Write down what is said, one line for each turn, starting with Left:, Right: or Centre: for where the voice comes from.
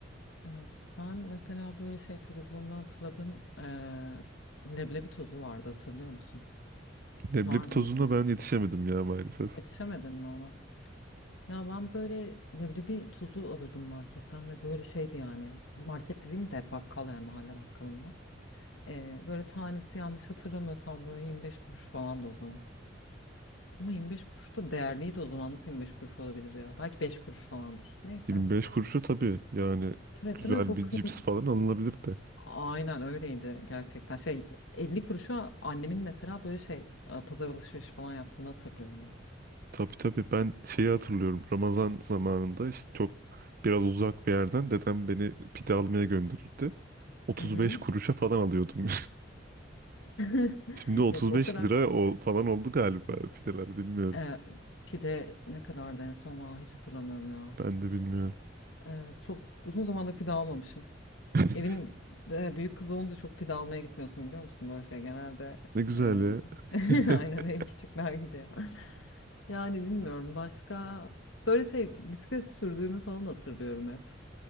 Left: evet. Ben mesela böyle şey çocukluğumda hatırladığım eee, leblebi tozu vardı hatırlıyor musun?
Right: Leblebi
Left: Var
Right: tozuna
Left: mıydı?
Right: ben yetişemedim ya maalesef.
Left: Yetişemedin mi ona? Ya ben böyle leblebi tozu alırdım marketten ve böyle şeydi yani. Market dediğim de bakkal yani mahalle bakkalından. Eee, böyle tanesi yanlış hatırlamıyorsam böyle 25 kuruş falan da o zaman. Ama 25 kuruş da değerliydi o zaman. Nasıl 25 kuruş olabilir ya? Belki 5 kuruş falandır. Neyse.
Right: 25 kuruşu tabii yani
Left: Evet
Right: güzel
Left: değil mi? Çok
Right: bir
Left: kıym
Right: cips falan alınabilir de.
Left: Aynen öyleydi gerçekten. Şey 50 kuruşa annemin mesela böyle şey e, pazar alışverişi falan yaptığını hatırlıyorum
Right: Tabii tabii ben şeyi hatırlıyorum. Ramazan zamanında işte çok biraz uzak bir yerden dedem beni pide almaya gönderirdi. 35
Left: ben. Hı hı.
Right: kuruşa falan alıyordum.
Left: <laughs>
Right: <laughs> Şimdi 35
Left: Yok o kadar.
Right: lira o falan oldu galiba pideler bilmiyorum.
Left: E, pide ne kadardı en son? Aa, hiç hatırlamıyorum ya.
Right: Ben de bilmiyorum.
Left: Evet, çok uzun zamandır pide almamışım.
Right: <laughs>
Left: Evin e, büyük kızı olunca çok pide almaya gitmiyorsun biliyor musun? Böyle şey genelde
Right: Ne güzel
Left: e,
Right: ya. <laughs>
Left: <laughs> aynen en küçükler gidiyor. <laughs> Yani bilmiyorum başka böyle şey bisiklet sürdüğümü falan hatırlıyorum hep.